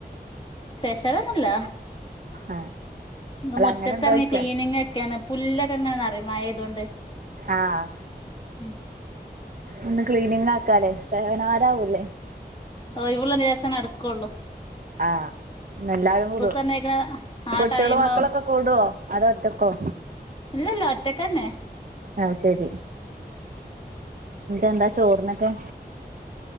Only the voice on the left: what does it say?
സ്പെഷ്യൽ ഒന്നും മില്ല
മുറ്റത്തിറങ്ങിയ
ക്ലീനിങ് ഒക്കെയാണ് പുല്ലക്കെങ്ങന്ന് നറയും മഴ ആയതുകൊണ്ട്
ഉം
ഒഴിവ് ഉള്ള ദിവസമേ നടക്കുള്ളൂ
പറഞ്ഞയക്കണ ആ
ടൈം
ഇല്ലഇല്ല ഒറ്റക്ക് തന്നെ